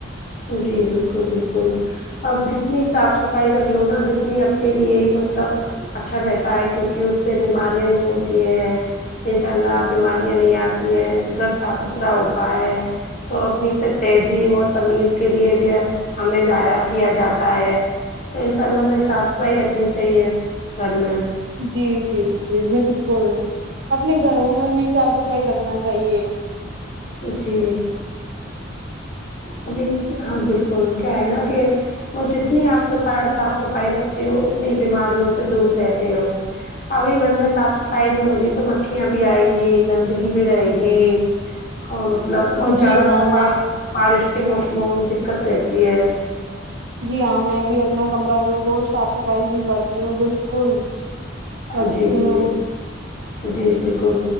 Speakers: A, on the left (about 35°); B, on the right (about 55°).
A: جی بالکل بالکل اب جتنی صاف صفائی رکھ لو ناں جتنی اپنے لیے ہی مطلب اچھا رہتا ہے کیونکہ اس سے بیماریاں نہیں ہوتی ہیں ان شاء اللہ بیماریاں نہیں آتی ہیں گھر صاف ستھرا ہوتا ہے تو اپنی تہذیب و تمیز کے لیے بھی ہمیں ضائع کیا جاتا ہے تو ان شاء اللہ ہمیں صاف صفائی رکھنی چاہیے گھر میں
B: جی جی جی بالکل اپنے گھروں میں بھی صاف صفائی رکھنا چاہیے
A: جی ابھی ہاں بالکل کیا ہے نا کہ اور جتنی آپ صفائی صاف صفائی رکھتی ہو اتنی بیماریوں سے دور رہتے ہو ابھی گھر میں صاف صفائی نہیں ہوگی تو مکھیاں بھی آئیں گی گندگی بھی رہے گی جی مطلب اور زیادہ
B: جی ہاں
A: تر
B: میں
A: بارش کے موسموں میں بھی دقت رہتی ہے
B: جی ہاں میں بھی اپنا کمرہ جو روز صاف صفائی جی کرتی ہوں بالکل رکھتی
A: جی
B: ہوں
A: جی جی بالکل